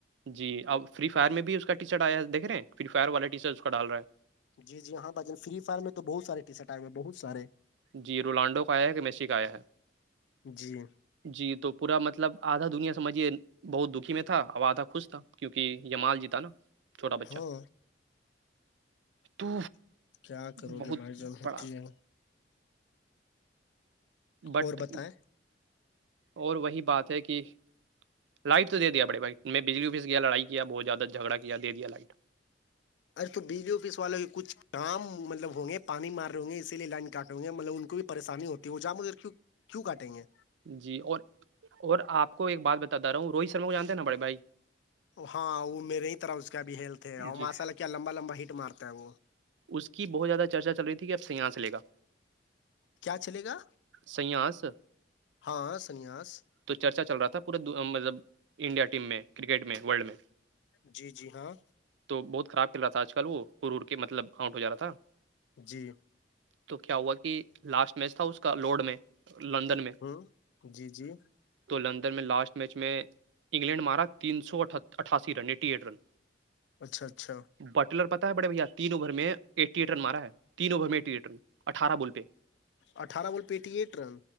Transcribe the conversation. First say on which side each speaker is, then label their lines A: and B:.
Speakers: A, on the right (about 80°); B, on the left (about 70°).
A: جی اپ فری فائر میں بھی اس کا ٹی شرٹ آیا ہے دیکھ رہ ہیں فری فائر والا ٹی شرٹ اس کا ڈال رہا ہے
B: جی جی ہاں بن فری فائر میں تو بہت سارے سا رے بہت سارا
A: جی رونالڈو کا آیا ہے کہ میسی کا آیا ہے
B: جی
A: جی تو پورا مطلب آدھا دنیا سمجھیے بہت دکھی میں تھا آو تھا خوش تھا کیونکہ یمال جیتا نا چھوٹا بچہ
B: ہاں
A: تو
B: کیا کرو
A: بہت
B: گے بھائی جان ہوتی
A: بڑا
B: ہے
A: بٹ
B: اور بتائیں
A: اور وہی بات ہے کہ لائٹ تو دے دیا بڑے بھائی میں بجلی اوفس کیایا لڑائی کیا بہت زیادہ جھگڑا کیا دے دیا لائٹ
B: ارے تو بجلی آفس والے بھی کچھ کا مطلب ہوں گے پانی مار رہ ہوں گے اسی لیے لائن کاٹ ہوں گے مطلب ان کو بھی پریشانی ہوتی ہے وہ جا مجے کی کیوں کاٹیں گے
A: جی اور اور آپ کو ایک بات بتاتا رہا ہوں روہت سرما کو جانتے ہیں نا بڑے بھائی
B: ہاں وہ میرے ہی طرح اس کا بھی ہیلتھ ہے اور
A: جی
B: ماشاءلہ کیا لمبا لمبا ہیٹ مارتا ہے وہ
A: اس کی بہت زیادہ چرچا چل رہی تھی آپ سے یہاں سے لےا
B: کیا چلے گا
A: سیاس
B: ہاں سنیاس
A: تو چرچا چل رہا تھا پورے مطلب انڈیا ٹیم میں کرکٹ میں ورلڈ میں
B: جی جی ہاں
A: تو بہت خراب کرل رہا تھا آج کل وہ ہرور کے مطلب آؤٹ ہو جا رہا تھا
B: جی
A: تو کیا ہوا کہ لاسٹ میچ تھا اس کا لوڈ میں لندن میں
B: ہمم جی جی
A: تو لندن میں لاسٹ میچ میں انگلینڈ مارا تین سو اٹھاسی رن ایٹی ایٹ رن
B: اچھا اچھا
A: بٹلر پتا ہے بڑے بھیا تین اوور میں ایٹیٹر مارا ہے تین اوور میںٹٹیٹر اٹھارہ بول پہ
B: اٹھارہ بول پیٹی ایکٹ رن